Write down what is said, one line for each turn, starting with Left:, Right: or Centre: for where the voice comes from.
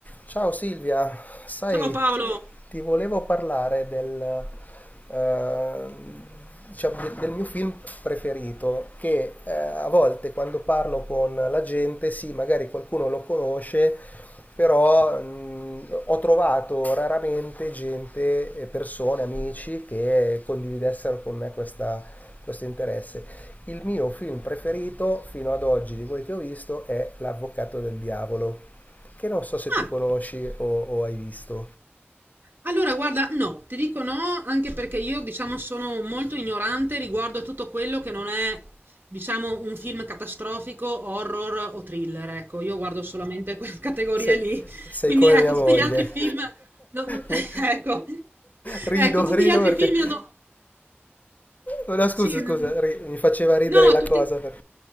Left: Ciao Silvia, sai,
Right: Ciao Paolo.
Left: ti volevo parlare del, eh, diciamo, de- del mio film preferito, che eh, a volte quando parlo con la gente, sì, magari qualcuno lo conosce, però mh, ho trovato raramente gente, eh, persone, amici che condividessero con me questa- questo interesse. Il mio film preferito fino ad oggi di quelli che ho visto è L'Avvocato del Diavolo che non so se tu
Right: Ah,
Left: conosci o, o hai visto.
Right: allora guarda, no, ti dico no, anche perché io, diciamo, sono molto ignorante riguardo a tutto quello che non è, diciamo, un film catastrofico, horror o thriller. Ecco, io guardo solamente <laughs> quelle categorie
Left: Se-
Right: lì.
Left: sei
Right: Quindi,
Left: come
Right: ecco,
Left: mia
Right: tutti
Left: moglie.
Right: gli altri film, no, no, <laughs>
Left: <laughs> Mi-
Right: ecco,
Left: Rido,
Right: ecco, tutti
Left: rido
Right: gli altri
Left: perché...
Right: film io no-
Left: No, scusa,
Right: Sì,
Left: scusa,
Right: no,
Left: ri- mi faceva ridere
Right: no,
Left: la
Right: tutti...
Left: cosa. per-